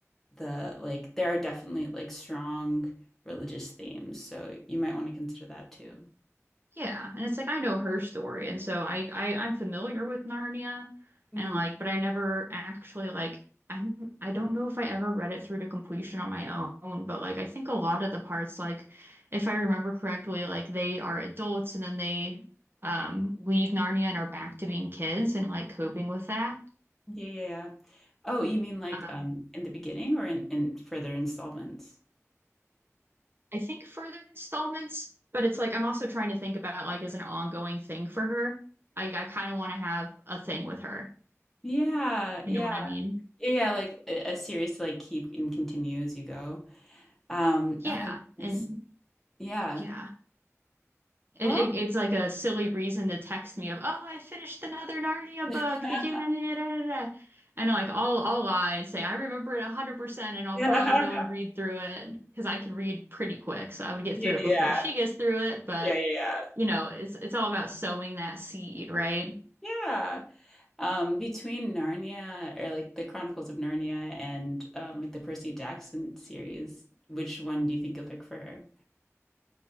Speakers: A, in the centre; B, on the right.
A: the like there are definitely like strong religious themes, so you might want to consider that too.
B: Yeah, and it's like I know her story, and so I, I I'm familiar with Narnia,
A: Mm,
B: and like, but I never actually like I'm I don't know if I ever read it through to completion on my own, but like I think a lot of the parts, like if I remember correctly, like they are adults and then they um leave Narnia and are back to being kids and like coping with that.
A: yeah, yeah, yeah. Oh, you mean like
B: Um,
A: um in the beginning or in, in further installments?
B: I think further installments, but it's like I'm also trying to think about like as an ongoing thing for her. I I kind of want to have a thing with her.
A: Yeah,
B: You
A: yeah.
B: know what I mean?
A: Yeah, like a a series to like keep and continue as you go. Um,
B: Yeah,
A: oh my goodness.
B: and
A: Yeah.
B: yeah. It,
A: Well,
B: it, it's like a silly reason to text me of, oh, I finished another Narnia book.
A: <laughs>
B: The do da da da da. da." And like I'll I'll lie and say I remember it 100% and I'll
A: yeah.
B: probably go and read through it because I can read pretty quick. So I would get
A: Yeah,
B: through it
A: yeah,
B: before she gets through it, but
A: yeah, yeah.
B: you know, it's it's all about sowing that seed, right?
A: Yeah. Um, between Narnia or like the Chronicles of Narnia and um like the Percy Jackson series, which one do you think you'll pick for her?